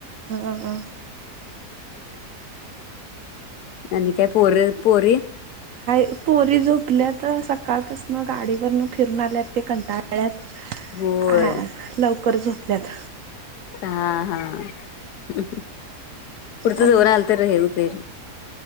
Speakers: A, on the right; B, on the left.
A: ह
B: ह न काय पर पोरी
A: हाय पोरी झोपल्या तर सकाळपासन गाडीवरन फिरून आल्यात ते कंटाळ्यात
B: होय
A: आ लवकर झोपल्यात
B: हा हा पुढचं
A: अजून
B: जोर आल तर हेव ते